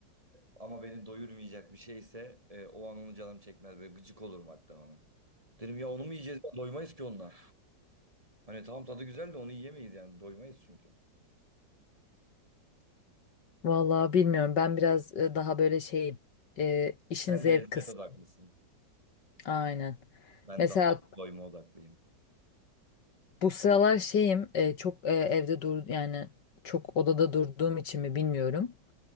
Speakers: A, on the right; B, on the left.
A: ama beni doyurmayacak bir şeyse e, o an onu canım çekmez. Böyle gıcık olurum hatta ona. Derim ya onu mu yiyeceğiz? Doymayız ki onunla. Hani tamam tadı güzel de onu yiyemeyiz yani. Doymayız çünkü.
B: Vallahi bilmiyorum. Ben biraz e, daha böyle şeyim. E, işin
A: Sen
B: zevk
A: lezzet
B: kısmı.
A: odaklısın.
B: Aynen.
A: Ben
B: Mesela
A: daha çok doyma odaklıyım.
B: bu sıralar şeyim e, çok e, evde dur yani çok odada durduğum için mi bilmiyorum.